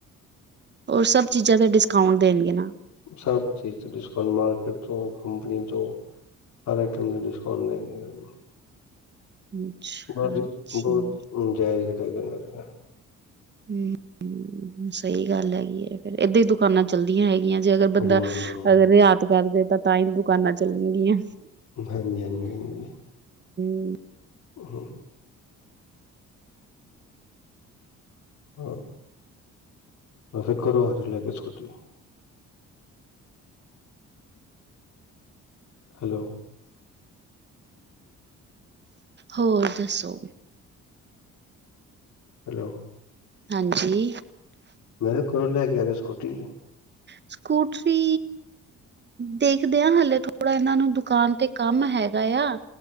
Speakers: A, on the right; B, on the left.
A: ਔਰ ਸਭ ਚੀਜ਼ਾਂ ਤੇ ਡਿਸਕਾਊਂਟ ਦੇਣਗੇ ਨਾ।
B: ਸਭ ਚੀਜ਼ ਤੇ ਡਿਸਕਾਊਂਟ ਮਾਰਕੀਟ ਤੋਂ ਕੰਪਨੀ ਤੋਂ ਹਰ ਆਈਟਮ ਦੇ ਡਿਸਕਾਊਂਂਟ ਦੇਣਗੇ ਔ।
A: ਅੱਛਾ
B: ਵੱਧ
A: ਜੀ,
B: ਬੌਤ ਜਾਏਜ ਐ। ਟਾਈਗਰ ਆਏਗਾ।
A: ਹੂੰ, ਸਹੀ ਗੱਲ ਹੈਗੀ ਏ ਫੇਰ ਏਦਾਂ ਈ ਦੁਕਾਨਾਂ ਚੱਲਦੀਆਂ ਹੈਗੀ ਐ ਜੇ ਅਗਰ ਬੰਦਾ
B: ਹਮ
A: ਅਗਰ ਰਿਆਤ ਕਰਦੇ ਤਾਂ ਤਾਂ ਈ ਦੁਕਾਨਾਂ ਚੱਲਣਗੀਆਂ।
B: ਹਾਂਜੀ-ਹਾਂਜੀ-ਹਾਂਜੀ।
A: ਹੂੰ।
B: ਹੂੰ। ਆ ਆ ਫੇਰ ਘਰੋ ਆਜੋ ਲੈਜੋ ਫੇਰ ਸਕੁਟੀ। ਹੈਲੋ,
A: ਹੋਰ ਦੱਸੋ?
B: ਹੈਲੋ,
A: ਹਾਂਜੀ,
B: ਮੈਂ ਕਿਹਿ ਘਰੋ ਲੈ ਕੇ ਆਜੋ ਸਕੂਟੀ।
A: ਸਕੂਟਰੀ ਦੇਖਦੇ ਆ ਹਲੇੇ ਥੋੜਾ ਐਨਾਂ ਨੂੰ ਦੁਕਾਨ ਤੇ ਕੰਮ ਹੈਗਾ ਆ।